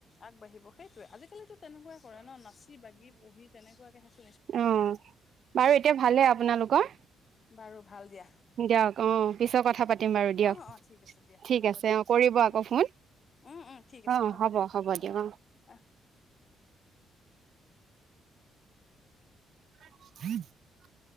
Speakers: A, on the left (about 40°); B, on the right (about 60°).
A: আগবাঢ়িব, সেইটোৱে আজিকালিতো তেনেকুৱা কৰে ন নাচি বাগি পঢ়ি তেনেকুৱাকে
B: উম, বাৰু এতিয়া ভালে আপোনালোকৰ?
A: বাৰু ভাল দিয়া
B: দিয়ক অহ পিছত কথা পাতিম বাৰু দিয়ক,
A: অ অ ঠিক আছে দিয়া
B: ঠিক
A: হ'ব
B: আছে।
A: দিয়া
B: অহ কৰিব আকৌ
A: উম
B: ফোন,
A: উম উম উম ঠিক আছে
B: অহ
A: হ'ব
B: হ'ব-হ'ব
A: দিয়া অ
B: দিয়ক। অহ
A: আহ
B: <unintelligible>